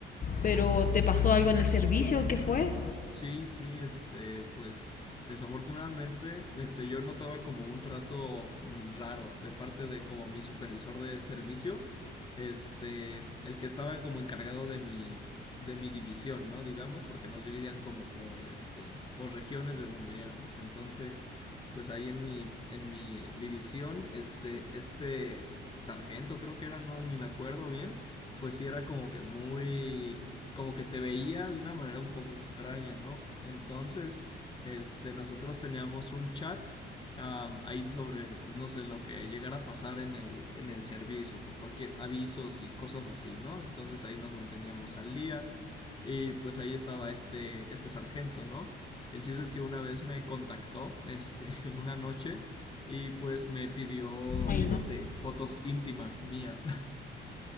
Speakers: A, on the left; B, on the left.
A: Pero ¿te pasó algo en el servicio? ¿Qué fue?
B: Sí, sí, este, pues desafortunadamente, este, yo notaba como un trato mm, raro de parte de como mi supervisor de servicio, este, el que estaba como encargado de mi, de mi división, ¿no? Digamos, porque nos dividían como por, este, por regiones de donde éramos. Entonces, pues ahí en mi, en mi división, este, este sargento creo que era, no, ni me acuerdo bien, pues sí era como que muy como que te veía de una manera un poco extraña, ¿no? Entonces, este, nosotros teníamos un chat am, ahí sobre, pues no sé, lo que llegara a pasar en el, en el servicio, por cualquier avisos y cosas así, ¿no? Entonces ahí nos manteníamos al día y pues ahí estaba este, este sargento, ¿no? El chiste es que una vez me contactó, este, <laughs> en una noche y pues me pidió,
A: Ay,
B: este,
A: no.
B: fotos íntimas mías.